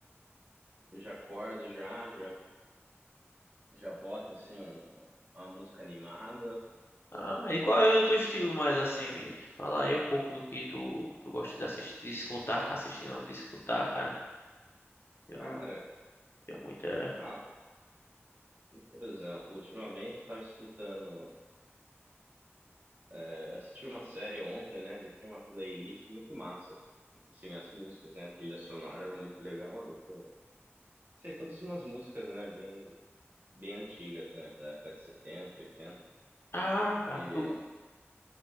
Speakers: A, on the right; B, on the left.
A: Eu já acordo já, já já bota assim um- uma música animada.
B: ah, e qual é o teu estilo mais assim, Vini? Fala aí um pouco do que tu, tu gosta de assistir, de escutar, assistir não, de escutar, cara. Eu
A: Cara,
B: não tenho muita.
A: ah, por exemplo, ultimamente eu tava escutando, eh, assisti uma série ontem, né? daí Tinha uma playlist muito massa. Assim, as músicas, né? A trilha sonora era muito legal. Eu tô, sei, todas umas músicas, né, bem bem antigas, né, da época de setenta oitenta
B: Ah, cara,
A: E
B: tu